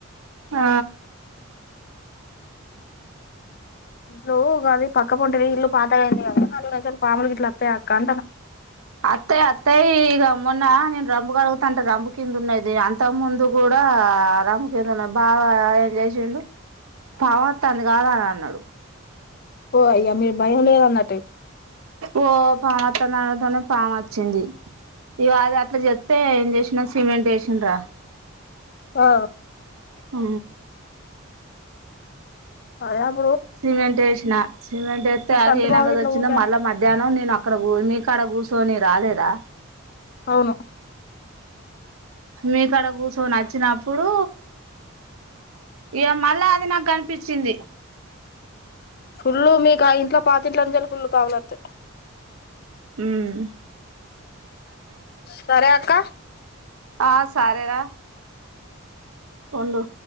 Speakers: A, on the right (about 80°); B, on the left (about 45°).
A: ఆ
B: ఇట్లు కాది పక్క ప ఉంటది ఇల్లు పాత అంది కదా పాములు గిట్ల వత్తాయా అక్క అంటాన్నా
A: అత్తాయి అత్తాయి ఇ అమ్న్న నేన్ రంబకు అడుగుత అంట రబుకి కింద ఉన్నది అంత ముందు కూడా ఆ రమ కింద ఉన్నాది బాగా ఎంజాయ్ చెండు బావ తంది కాదు అని అన్నాడు
B: ఓ అయ్యా మీరు భయం లేద అన్నట్టు
A: ఓ పాము వత్తందాంతోనే పాము వచ్చింది ఇవాది అట్లా చెప్తే ఏం చేసిన సిమెంట్ చేసిన్రా
B: ఆ
A: ఆ
B: అద
A: సిమెంట్ వేసినా సిమెంట్ వేస్తే
B: ఆ
A: అది
B: సంత
A: ఏ
B: బావ
A: నంగది
B: గిట్ల
A: వచ్చిందో
B: ఊకే అన్
A: మళ్ళా మధ్యాహ్నం నేను అక్కడ నీకాడ కూర్చొని రాలేదా
B: అవును
A: మీకాడకుసోని నోచ్చిన ఇప్పుడు ఇక మళ్ళా అది నాకు కనిపించింది
B: ఫుల్లు మీకు ఇంట్లో పాతింట్లో నుంచిల ఫుల్లు కావలత్
A: ఉమ్
B: సరే అక్క
A: ఆ సారే రా పొండు